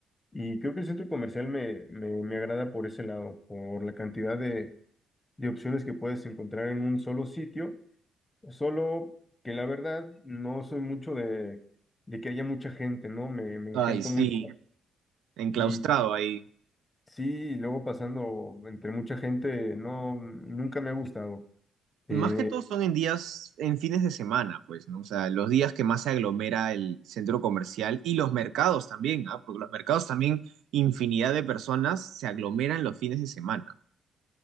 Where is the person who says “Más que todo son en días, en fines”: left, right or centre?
Right